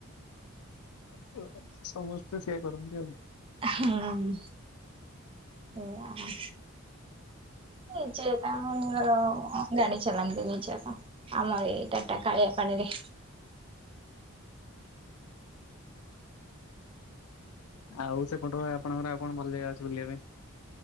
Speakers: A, on the left; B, on the right.
A: ଅତି ଗୋଟେ, ସମସ୍ତେ ସେୟା କରନ୍ତି ଆଉ
B: ହୁଁ, ଏଇଆ ନିଜେ ତାଙ୍କର ଗାଡ଼ି ଚଲାନ୍ତି ନିଜର, ଆମର ଏଇ ଟାଟା କାଳିଆ ପାଣିରେ।
A: ଆଉ ସେପଟ ଆପଣଙ୍କର ଆଉ କଣ ଭଲ ଜାଗା ଅଛି ବୁଲିବା ପାଇଁ?